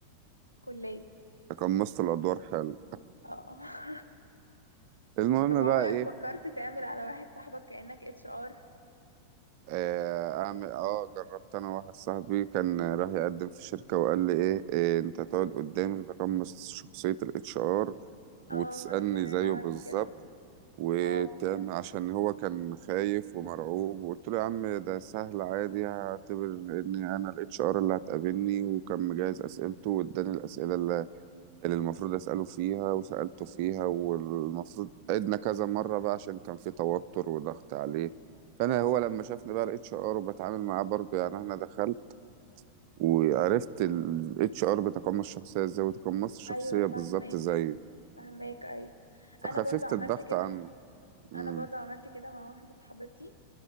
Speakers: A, on the left; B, on the right.
A: الكلية
B: تقمصت الادوار حلو
A: اه <laughs>
B: المهم
A: طب عمرك
B: بقى ايه
A: فكرت تعمل على واحد صاحبك كأنك اتش ار
B: آه، اعمل اه جربت انا واحد صاحبي كان راح يقدم في شركة وقال لي ايه, إيه انت تقعد قدامي تتقمص شخصية الاتش ار وتسألني
A: اه وانا كمان
B: زيه
A: عملت
B: بالظبط
A: كده
B: وتعمل
A: اه
B: عشان هو كان خايف ومرعوب وقلت له يا عم ده سهل عادي هعتبر ان انا الاتش ار اللي هتقابلني وكان مجهز اسئلته واداني الاسئلة اللي اللي المفروض أسأله فيها وسألته فيها والمفروض عدنا كذا مرة بقى عشان كان في توتر وضغط عليه فأنا هو لما شافني بقى الاتش ار وبتعامل معاه برضه يعني أنا دخلت وعرفت الاتش ار بيتقمص الشخصية ازاي وتقمصت الشخصية
A: ايوه فاهماك
B: بالظبط زيه
A: فاهماك ايوه
B: فخففت
A: انا برضو عملت
B: الضغط
A: كده
B: عنه امم
A: انا برضو عملت كده مع واحدة صاحبتي